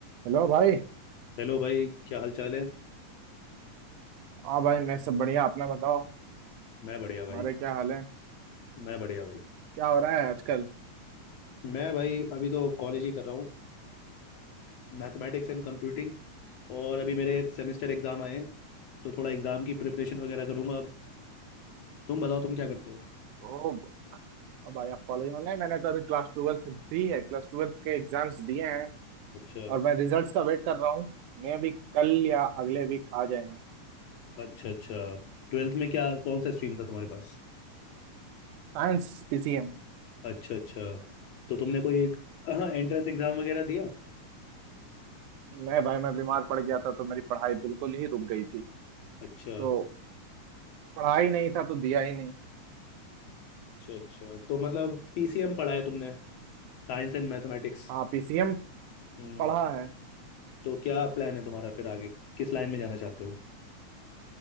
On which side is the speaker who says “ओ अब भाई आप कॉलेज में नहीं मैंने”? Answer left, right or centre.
Right